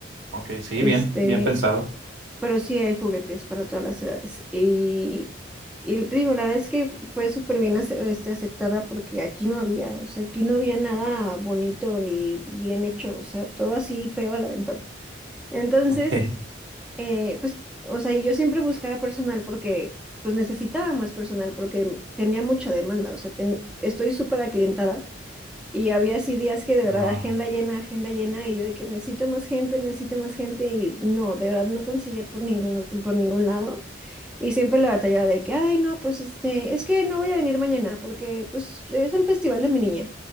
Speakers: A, on the right (about 80°); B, in the centre.
A: Ok, sí,
B: Este,
A: bien, bien pensado.
B: pero sí hay juguetes para todas las edades. Y, y te digo, la verdad es que fue súper bien ace- este, aceptada porque aquí no había, o sea, aquí no había nada bonito ni bien hecho, o sea, todo así feo al aventón. Entonces,
A: Ok.
B: eh, pues, o sea, y yo siempre buscaba personal porque, pues, necesitaba más personal porque tenía mucha demanda, o sea, ten- estoy súper aclientada y había así días que de verdad
A: Wow.
B: agenda llena, agenda llena, y yo de que necesito más gente, necesito más gente, y no, de verdad no conseguía por ningún, por ningún lado. Y siempre la batallaba de que, ay, no, pues este, es que no voy a venir mañana porque pues es el festival de mi niña.